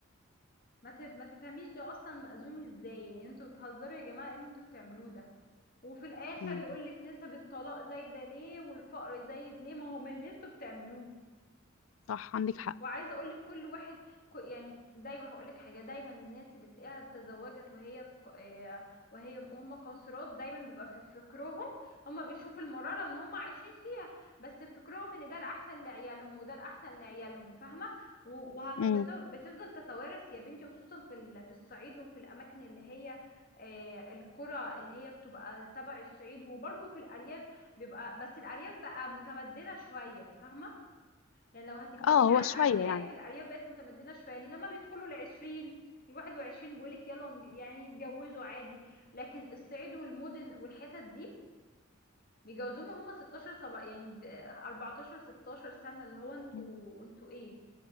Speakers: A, on the left; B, on the left.
A: ما تف... ما تفهميش ده اصلا مأذون ازاي يعني انتوا بتهزروا يا جماعه ايه اللي انتوا بتعملوه ده وفي الاخر
B: مم.
A: يقولك نسب الطلاق زايده ليه والفقر زايد ليه ما هو من اللي انتوا بتعملوه
B: صح عندك حق
A: وعايزه اقول لك كل واحد ك- يعني دايما هقول لك حاجه دايما الناس اللي تلاقيها اتزوجت وهي في ق- آه، وهي وهم قاصرات دايما بيبقى في فكرهم هم بيشوفوا المراره اللي هم عايشين فيها بس في فكرهم ان ده الاحسن لعيالهم وده الاحسن لعيالهم فاهمه وبتفضل
B: مم.
A: تتوارث يا بنتي خصوصا في ال- في الصعيد وفي الاماكن اللي هي آه، القرى اللي هي بتبقى تبع الصعيد وبرضه في الارياف بيبقى بس الارياف بقى متمدنه شويه فاهمه يعني لو هتتكلمي
B: اه هو
A: عن
B: شويه
A: ارياف
B: يعني
A: الارياف بقت متمدنه شويه يعني لما بيدخلوا العشرين الواحد وعشرين بيقولك يلا نج- يعني يتجوزوا عادي لكن الصعيد والمدن والحتت دي بيجوزوهم هم 16 سبع يعني ب 14 16 سنه اللي هو انتوا
B: مم.
A: انتوا ايه